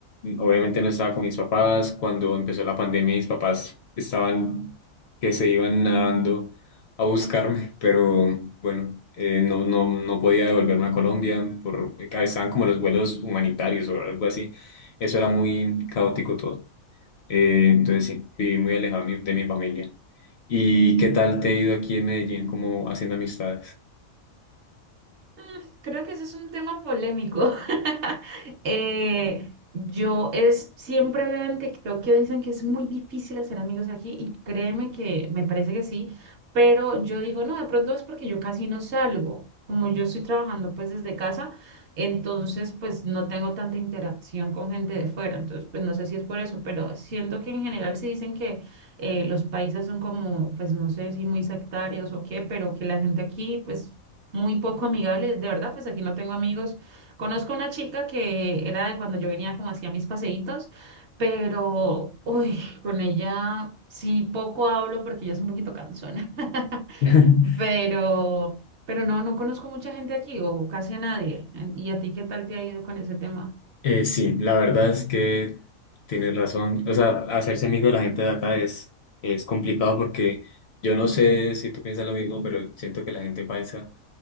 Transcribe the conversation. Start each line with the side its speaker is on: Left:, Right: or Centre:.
Left: obviamente no estaba con mis papás, cuando empezó la pandemia mis papás estaban que se iban nadando a buscarme, pero bueno, eh, no, no, no podía devolverme a Colombia, por, eh, estaban como los vuelos humanitarios o algo así, eso era muy caótico todo. Eh, entonces sí, viví muy alejado de mi, de mi familia. ¿Y qué tal te ha ido aquí en Medellín como haciendo amistades?
Right: Mm, Creo que ese es un tema polémico. <laughs> Eh, yo es, siempre veo en TikTok que dicen que es muy difícil hacer amigos aquí y créeme que me parece que sí, pero yo digo, no, de pronto es porque yo casi no salgo. Como yo estoy trabajando pues desde casa, entonces pues no tengo tanta interacción con gente de fuera, entonces pues no sé si es por eso, pero siento que en general sí dicen que eh, los países son como, pues no sé si muy sectarios o qué, pero que la gente aquí pues muy poco amigable, de verdad, pues aquí no tengo amigos. Conozco una chica que era de cuando yo venía como hacía mis paseitos, pero, uy, con ella sí poco hablo porque ella es un poquito cansona. <laughs>
Left: <laughs>
Right: Sí. Pero, pero no, no conozco mucha gente aquí o casi a nadie. ¿Y a ti qué tal te ha ido con ese tema?
Left: Eh, sí, la verdad es que tienes razón. O sea, hacerse amigo de la gente de acá es, es complicado porque yo no sé si tú piensas lo mismo, pero siento que la gente paisa